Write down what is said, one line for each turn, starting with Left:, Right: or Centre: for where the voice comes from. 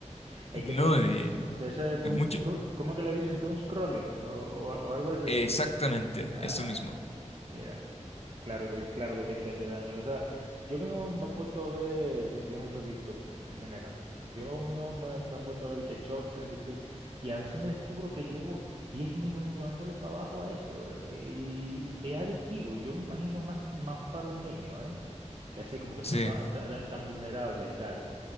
Right: Es que
Left: No,
Right: todo.
Left: eh,
Right: De ese doom-
Left: es mucho.
Right: doom- ¿cómo que le dicen? Doom scrolling o, o- o algo así.
Left: Exactamente,
Right: Ah,
Left: eso mismo.
Right: mira, claro que, claro que tiene que hacer daño. O sea, yo mismo me he puesto a ver, yo, yo no soy adicto en general. Yo mismo me, me he puesto a ver de que shorts en YouTube y a veces me descubro que llevo 10 minutos dándole para abajo a eso eh, y es adictivo. Yo me imagino más, más para un niño, ¿eh? Que así como que son
Left: Sí,
Right: tan, tan, tan vulnerables y tal